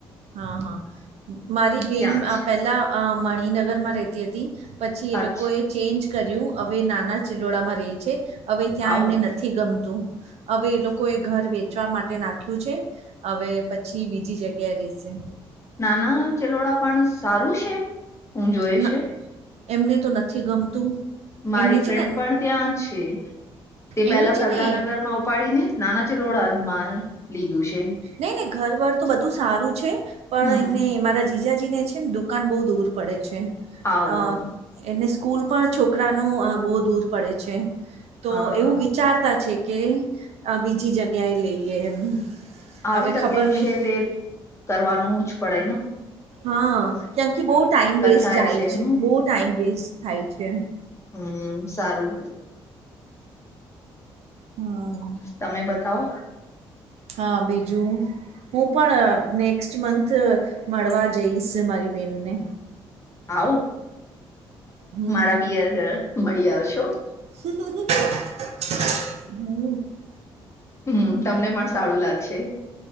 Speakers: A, on the right; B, on the left.
A: હા હા, મારી બેન
B: ત્યાં જ
A: પહેલાં અ મણિનગરમાં રહેતી હતી, પછી એ
B: અચ્છા
A: લોકોએ ચેન્જ કર્યું હવે નાના ચિલોડામાં રહી છે, હવે ત્યાં
B: આવું
A: એમને નથી ગમતું. હવે એ લોકો એ ઘર વેચવા માટે નાખ્યું છે, હવે પછી બીજી જગ્યાએ રેશે.
B: નાના ચલોડા પણ સારું છે, હું જોઈ
A: ન-
B: છે.
A: એમને તો નથી ગમતું.
B: મારી
A: એમને
B: ફ્રેન્ડ
A: છે ને
B: પણ ત્યાં છે, તે પેલા
A: એમને છે
B: સરદારાનગરમાં
A: ને
B: ઉપાડી ને. નાના ચલોડાજ મા લીધું છે.
A: નહી નહી ઘર વાર તો બધું સારું છે, પણ
B: હમ
A: એમને અમારા જિ જીજાજી ને છે ને દુકાન બહુ દૂર પડે છે
B: આવું
A: અ એને સ્કૂલ પણ છોકરાનું અ બહુ દૂર પડે છે, તો
B: હા
A: એવું વિચાર તા છે કે, અ બીજી જગ્યા એ લઈએ એમ.
B: આવી
A: હવે
B: તકલીફ
A: ખબર નહી
B: છે તે, કરવાનુંજ પડે ન.
A: હા, કેમકે બહુ ટાઈમ વેસ્ટ
B: થાય
A: જાય
B: એમનું
A: છે, બહુ ટાઈમ વેસ્ટ થાય છે.
B: હમ્મ, સારું.
A: હા.
B: તમે બતાવો.
A: હા, બીજું. હું પણ નેક્સ્ટ મંથ મળવા જઈશ મારી બેહેનને.
B: આવું,
A: હમ
B: મારા પિયર મળી આવશો.
A: હમ્મ.
B: હમ્મ, તમને પણ સારું લાગશે.